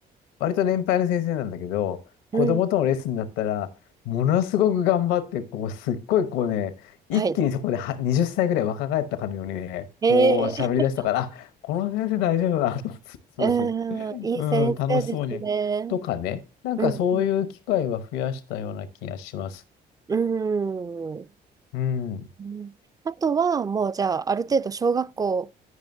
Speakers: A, on the left; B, on the right.
A: 割と年配の先生なんだけど、子供とのレッスンだったら、
B: うん。
A: ものすごく頑張って、こう、すっごいこうね、一気にそこでは20歳ぐらい若返ったかのようにね、
B: はい。えー、
A: こう喋り出したから、あ、この先生大丈夫だなと思って、
B: <laughs>
A: そうですね。
B: うん、いい先生ですね。
A: うん、楽しそうに。とかね、なんかそういう機会は増やしたような気がします。
B: うん。うん。
A: うん。
B: うんあとは、もうじゃあ、ある程度小学校、